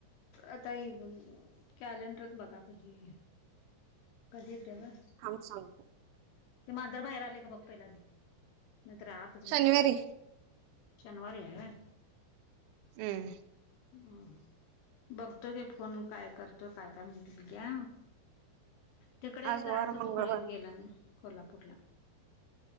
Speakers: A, on the left (about 75°); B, on the right (about 85°).
A: आता ह कॅलेंडरच बघा पाझी कधी येतव
B: हम सग
A: ते मांजर बाहेर आले का बघ पहिला आधी नाहीतर आताच बशील
B: शनिवारी
A: शनिवारी आय हम्
B: हम्म
A: अ बघतो गे फोन काय करतो काय काय म्हणत बघ्या तिकडे
B: आज
A: जायचं
B: वार मंगळवार.
A: तो कणी गेला कोल्हापूरला